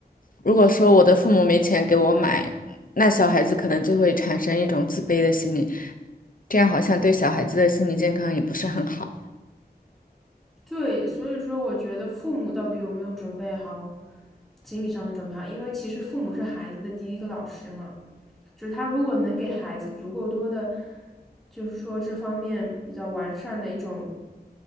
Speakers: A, on the left; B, in the centre.
A: 如果说我的父母没钱给我买，那小孩子可能就会产生一种自卑的心理，这样好像对小孩子的心理健康也不是很好。
B: 对，所以说我觉得父母到底有没有准备好心理上的准备好，因为其实父母是孩子的第一个老师嘛，就是他如果能给孩子足够多的，就是说这方面比较完善的一种